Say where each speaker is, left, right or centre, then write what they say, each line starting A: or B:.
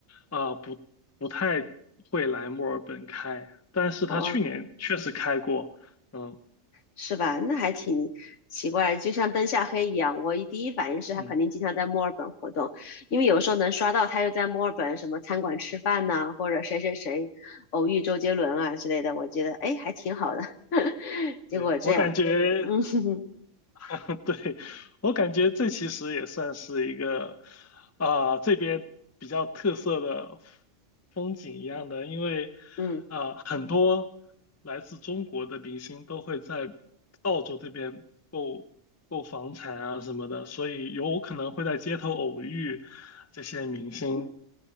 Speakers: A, on the left (about 25°); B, on the left (about 70°).
A: 啊不不太会来墨尔本开，但是他去年确实开过。
B: 哦，
A: 嗯
B: 是吧？那还挺奇怪，就像灯下黑一样。我一第一反应是他肯定经常在墨尔本活动，
A: 嗯，
B: 因为有时候能刷到他又在墨尔本什么餐馆吃饭呐、或者谁谁谁偶遇周杰伦啊之类的，我觉得哎还挺好的。<laughs> 结果这样，
A: 对，我感觉，
B: <laughs> 嗯
A: <laughs> 对，我感觉这其实也算是一个，啊、这边比较特色的风景一样的，因为，
B: 嗯，
A: 啊、很多来自中国的明星都会在澳洲这边购购房产啊什么的，所以有可能会在街头偶遇这些明星，